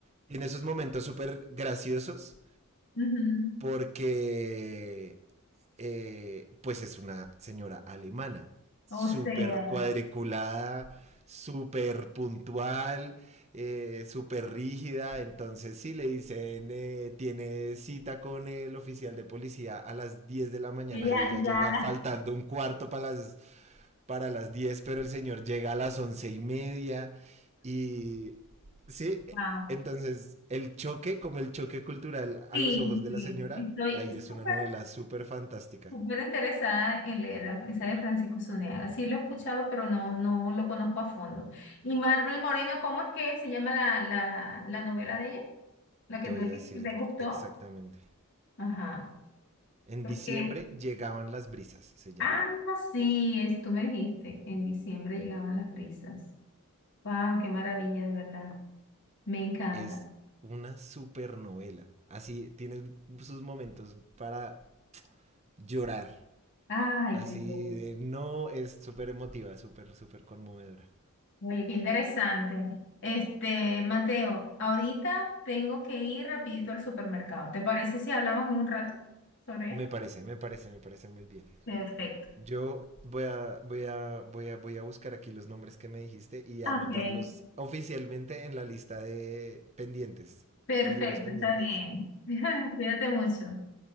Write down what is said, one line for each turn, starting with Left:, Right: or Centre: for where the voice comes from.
Right: tiene esos momentos súper graciosos
Left: Ujú.
Right: porque eh, pues es una señora alemana, súper
Left: O sea,
Right: cuadriculada, súper puntual, eh, súper rígida. Entonces, si sí, le dicen, eh, tiene cita con el oficial de policía a las 10 de la mañana
Left: yo ya,
Right: y ella llega
Left: ya las...
Right: faltando un cuarto para las para las 10, pero el señor llega a las once y media. Y sí,
Left: Wow.
Right: entonces el choque, como el choque cultural a
Left: Sí,
Right: los ojos de
Left: sí,
Right: la señora,
Left: estoy
Right: ahí es
Left: súper,
Right: una novela súper fantástica.
Left: súper interesada en leer la esa de Francisco Zuniaga. Sí lo he escuchado, pero no, no lo conozco a fondo. Y Marvel Moreno, ¿cómo es que se llama la, la, la novela de ella? La que
Right: Te voy
Left: tú
Right: a
Left: lees,
Right: decir
Left: que te gustó.
Right: exactamente.
Left: Ajá.
Right: En
Left: Porque,
Right: diciembre llegaban las brisas, se llama.
Left: ah, sí, es, tú me dijiste, en diciembre llegaban las brisas. Wow, qué maravilla, de verdad. Me encanta.
Right: Es una súper novela. Así tiene sus momentos para llorar.
Left: Ay,
Right: Así
Left: Dios.
Right: de no, es súper emotiva, súper, súper conmovedora.
Left: Oye, qué interesante. Este, Mateo, ahorita tengo que ir rapidito al supermercado. ¿Te parece si hablamos en un rato sobre
Right: Me
Left: esto?
Right: parece, me parece, me parece muy bien.
Left: Perfecto.
Right: Yo voy a, voy a, voy a, voy a buscar aquí los nombres que me dijiste y anotarlos
Left: Ok,
Right: oficialmente en la lista de pendientes,
Left: perfecto,
Right: de libros pendientes.
Left: está bien. <laughs> Cuídate mucho.